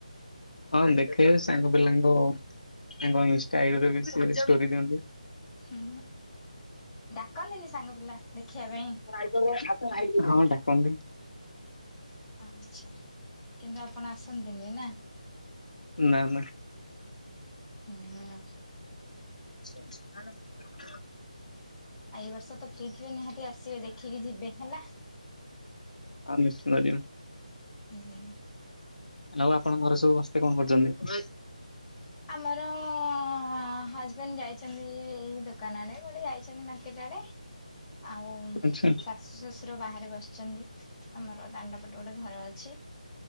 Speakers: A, on the left (about 75°); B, on the left (about 15°).
A: ହଁ ଦେଖେ ସାଙ୍ଗ ପିଲାଙ୍କ ତାଙ୍କ ଇନ୍ଷ୍ଟା ଆଇଡି ରେ ବି ସେ ଷ୍ଟୋରି ଦିଅନ୍ତି
B: ହୁଁ, ଡାକନ୍ତିନି ସାଙ୍ଗ ପିଲା ଦେଖିବା ପାଇଁ?
A: <unintelligible> ହଁ ଡାକନ୍ତି।
B: ଆଚ୍ଛା। କିନ୍ତୁ ଆପଣ ଆସନ୍ତିନି ନା?
A: ନା ନା।
B: ହୁଁ
A: <unintelligible> ଆନନ୍ଦ
B: ଏଇ ବର୍ଷ ତ ଫ୍ରି ଥିବେ ନିହାତି ଆସିବେ ଦେଖିକି ଯିବେ ହେଲା।
A: ହଁ ନିଶ୍ଚିତ ଯିବି।
B: ହୁଁ
A: ଆଉ ଆପଣଙ୍କ ଘରେ ସବୁ ସମସ୍ତେ କଣ କରୁଛନ୍ତି?
B: ଆମର ଅ ହଜବେଣ୍ଡ ଯାଇଛି ନ୍ତି ଏଇ ଦୋକାନ ଆଡେ କୁଆଡ଼େ ଯାଇଛନ୍ତି ମାର୍କେଟ ଆଡେ ଆଉ
A: ଆଚ୍ଛା
B: ଶଶୁର ବାହାରେ ବସିଛନ୍ତି। ଆମର ଦାଣ୍ଡପଟେ ଗୋଟେ ଘର ଅଛି।